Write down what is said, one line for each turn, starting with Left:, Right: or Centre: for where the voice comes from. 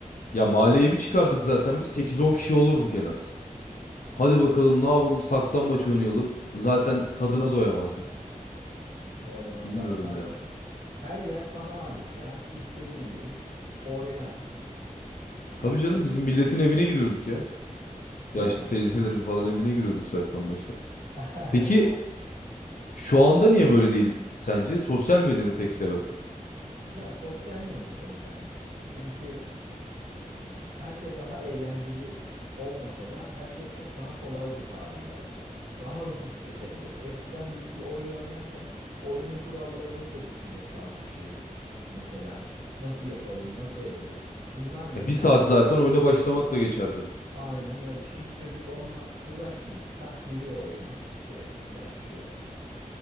Left: Ya mahalleye bir çıkardık zaten biz sekiz on kişi olurduk en az. Hadi bakalım
Right: Mes-
Left: ne yapalım saklambaç oynayalım. Zaten tadına doyamazdık.
Right: Vallahi
Left: Bilmiyorum
Right: saklambaç.
Left: ya.
Right: Her yer sana ait ya. İstediğin gibi oyna,
Left: Tabii canım bizim milletin evine giriyorduk ya.
Right: değil
Left: Yaşlı
Right: mi?
Left: teyzelerin falan evine giriyorduk saklambaçta.
Right: <laughs>
Left: Peki şu anda niye böyle değil sence? Sosyal medya mı tek sebep?
Right: Ya sosyal medya tabii bence. Çünkü e, her şey daha eğlenceli olmasa da her şey çok daha kolay bir hale geldi. Daha hızlı tüketebiliyoruz. Eskiden biz bir oyun oynarken oyunun kurallarını da düşünür tartışırdık. Mesela nasıl yapalım, nasıl edelim? Bunlar bile
Left: Ya bir
Right: bir
Left: saat
Right: zaman
Left: zaten
Right: alırdı.
Left: oyuna başlamakla geçerdi.
Right: Aynen öyle. Şimdi çocuk onunla uğraşmıyor ki. Tak giriyor oyuna, direktman başlıyor.